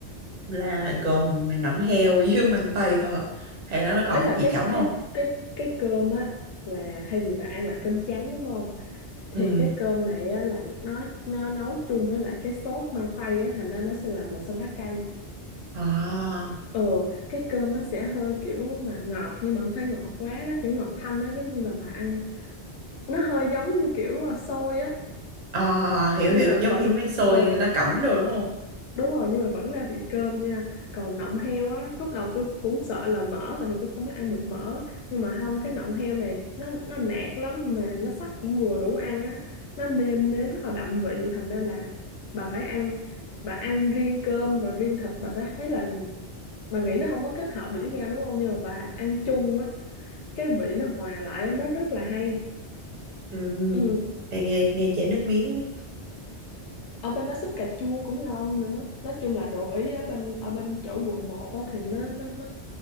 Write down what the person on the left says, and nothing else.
ấy là
cái
cái cái cái cơm á là thay vì bà ăn là cơm trắng đúng không thì
cái cơm này á là nó nó nấu chung với lại cái sốt măng tây á thành ra nó sẽ là một xanh lá cây
ừ cái cơm nó sẽ hơi kiểu mà ngọt nhưng mà không phải ngọt quá nó kiểu ngọt thanh á giống như là bà ăn nó hơi giống như kiểu à, xôi á
nhưng
mà vẫn
ừ
đúng rồi nhưng mà vẫn ra vị cơm nha còn nọng heo á lúc đầu tôi cũng sợ là mỡ tại vì tôi không có ăn được mỡ nhưng mà không cái nọng heo này nó nó nạc lắm mà nó sắc cũng vừa đủ ăn á nó nêm nếm rất là đậm vị thành ra là bà phải ăn bà ăn riêng cơm rồi riêng thịt bà sẽ thấy là bà nghĩ nó không có kết hợp được với nhau đúng không nhưng mà bà ăn chung á cái vị nó hòa lại á, nó rất là hay
ừ.
ở bên đó súp cà chua cũng ngon nữa nói chung là đồ ý ở bên ở bên chỗ quận một á thì nó nó nó